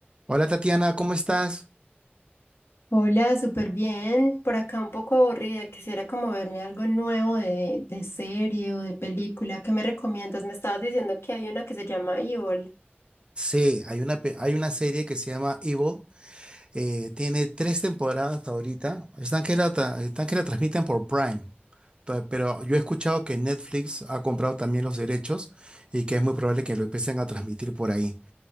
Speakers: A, on the right; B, on the left.
A: Hola Tatiana, ¿cómo estás?
B: Hola, súper bien. Por acá un poco aburrida. Quisiera como verme algo nuevo de, de serie o de película. ¿Qué me recomiendas? Me estabas diciendo que hay una que se llama Evil.
A: Sí, hay una, pe- hay una serie que se llama Evil. eh, tiene tres temporadas hasta ahorita. Están que la, tra- están que la transmiten por Prime. pe- Pero yo he escuchado que Netflix ha comprado también los derechos y que es muy probable que lo empiecen a transmitir por ahí.